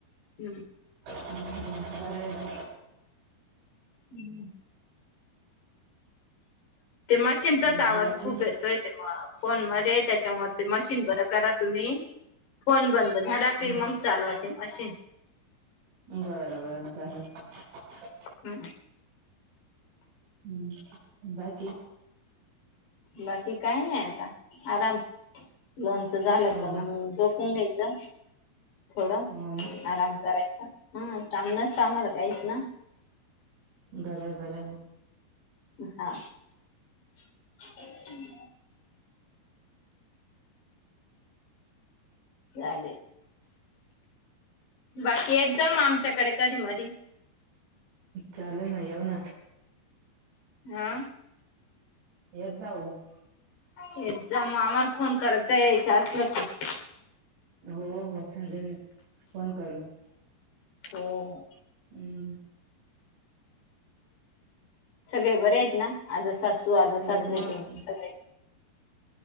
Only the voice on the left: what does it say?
हम्
हम् ते मशीनचाच
आवाज
खूप येतोय ते फोन मध्ये त्याच्यामध्ये ते मशीन बर करा तुम्ही फोन बंद झाला
की मग चालवचे अश
हम्
बाकी काही नाही आता आराम लोनच झालं
का
मग जोकून घ्यायच थोडं
आराम करायचा हा मनाच मला काहीच ना
हा ते अले बाकी एक जाामा आमच्याकडे कधी मधी
हा
हे जा आम्हाला फोन कर यायच असल तर
हो हो
सगळे बरे आहेत ना आज सासू आज
सास
र तचे सगळे